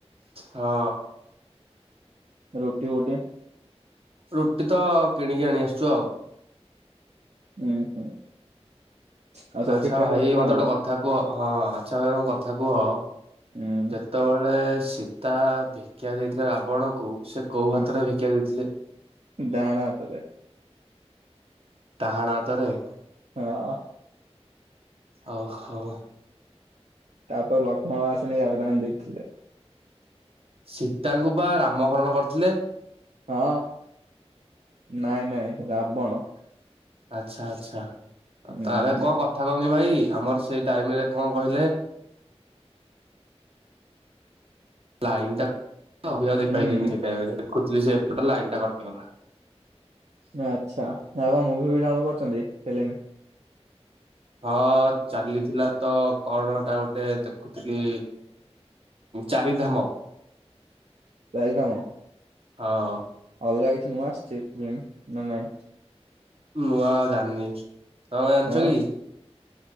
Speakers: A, on the right; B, on the right.
A: ହଁ।
B: ରୁଟି ଫୁଟି।
A: ରୁଟି ତ କିଣିକି ଆଣି ଆସିଛୁ ଆଉ।
B: ହୁଁ ହୁଁ। ଆଉ ସବୁ
A: ଆଚ୍ଛା
B: ଠିକ ଠାକ
A: ଭାଇ
B: ଚାଲିଛି ତମର
A: ମତେ ଗୋଟେ କଥା କୁହ ହଁ ଆଚ୍ଛା ଭାଇ ମ କଥା କୁହ।
B: ହୁଁ
A: ଯେତେବେଳେ ସୀତା ଭିକ୍ଷା ଦେଇଥିଲେ ରାବଣକୁ ସେ କୋଉ
B: ହୁଁ
A: ହାତରେ ଭିକ୍ଷା ଦେଇଥିଲେ?
B: ଡାହାଣ ହାତରେ।
A: ଡ଼ାହାଣ ହାତରେ।
B: ହଁ।
A: ଓ ହୋ।
B: ତାପରେ ଲକ୍ଷ୍ମଣ ଆସିକି ଗାର ଟାଣି ଦେଇଥିଲେ।
A: ସୀତାଙ୍କୁ ବା ରାମ ହରଣ କରିଥିଲେ।
B: ହଁ ନାଇଁ ନାଇଁ ରାବଣ।
A: ଆଛା ଆଚ୍ଛା ଆ
B: ହୁଁ
A: ତାହରେ କଣ କଥା କହ <unintelligible> ଭାଇ ଆମର ସେଇ ଟାଇମରେ କଣ କହିଲେ ଲାଇନ୍ ଟା ଅବିକା ଆଉ ଦେଖିପାଇଲିନି
B: ହୁଁ
A: ସେଇ ଟାଇମରେ ଦେଖୁଥିଲି ସେପଟେ ଲାଇନଟା କଟିଗଲା।
B: ଆଛା ଆଉ କଣ ମୁଭି ଫୁବି ଡାଉନ୍ ଲୋଡ କରିଛନ୍ତି ଫିଲିମ୍
A: ହଁ ଚାଲିଥିଲା ତ କଣ ହେଟା ଗୋଟେ ଦେଖୁଥିଲି ଚାରିଧାମ।
B: ଚାରିଧାମ
A: ହଁ।
B: ଅଲଗା କିଛି ନୂଆ ଆସିଛି ଫିଲ୍ମ ନା ନାଇଁ?
A: ନୂଆ ଜାଣିନି ତମେ ଜାଣିଛ
B: ଆଉ
A: କି?